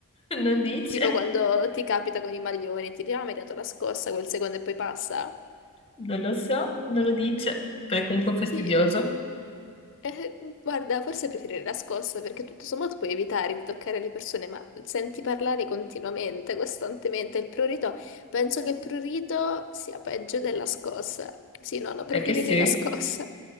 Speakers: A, on the left; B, on the left.
A: non dice.
B: Tipo quando ti capita con i maglioni, ti dicono ah, mi hai dato la scossa quel secondo e poi passa?
A: Non lo so, non lo dice. Però è comunque fastidioso.
B: Sì. Eh, guarda, forse preferirei la scossa perché tutto sommato puoi evitare di toccare le persone, ma senti parlare continuamente, costantemente. Il prurito, penso che il prurito sia peggio della scossa. Sì, no, no, preferirei
A: È che sì,
B: la scossa.